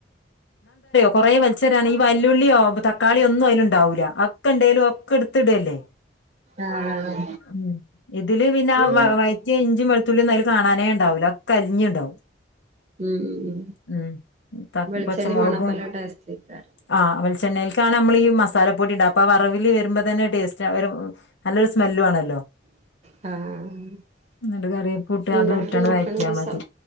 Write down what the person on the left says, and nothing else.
കുറേ വൽച്ചറിയാണ് ഈ വല്ലുള്ളിയോ തക്കാളിയോ ഒന്നും അതിലുണ്ടാവൂല ഒക്കെ ണ്ടേൽ ട്ത്തിടല്ലേ
ഉം എ തില് പിന്നെ
വയറ്റിയ ഇഞ്ചും വെളുത്തുള്ളിയും ഒന്നും അയിൽ കാണാനേ ഉണ്ടാവൂല കരിഞ്ഞ് ഉണ്ടാവും
ഉം
പച്ചമുളകും
ആ വെളിചെണ്ണൈൽ നമ്മളീ മസാലപ്പൊടി ഇട അപ്പം ആ വറവില് വരുമ്പ തന്നെ ടേസ്റ്റ നല്ലൊരു <unintelligible> സ്മെല്ലു ആണല്ലോ
ന്നിട്ട് കറിവേപ്പൂട്ട്
അതും ഇട്ടാണ്
വയറ്റ്യാ
മതി